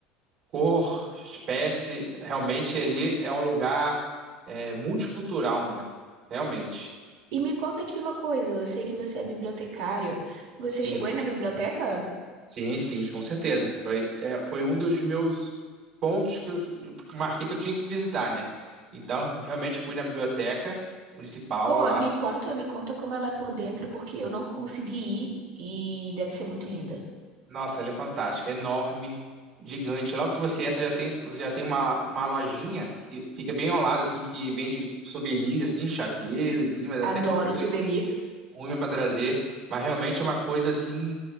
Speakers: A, on the right; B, on the right.
A: cor, espécie, realmente ele é um lugar é, multicultural, né? Realmente.
B: E me conta aqui uma coisa, eu sei que você é bibliotecário. Você
A: Sim,
B: chegou aí na biblioteca?
A: sim, sim, com certeza. Foi, é, foi um dos meus pontos que eu que eu marquei que eu tinha que visitar, né? Então, realmente fui na biblioteca municipal
B: Pô,
A: lá.
B: me conta, me conta como ela é por dentro, porque eu não consegui ir e deve ser muito linda.
A: Nossa, ela é fantástica, é enorme, gigante. Logo que você entra, já tem, você já tem uma, uma lojinha que fica bem ao lado, assim, que vende souvenirs, assim, chaveiros, imãs.
B: Adoro
A: Até comprei
B: souvenir.
A: um ruim para trazer, mas realmente é uma coisa assim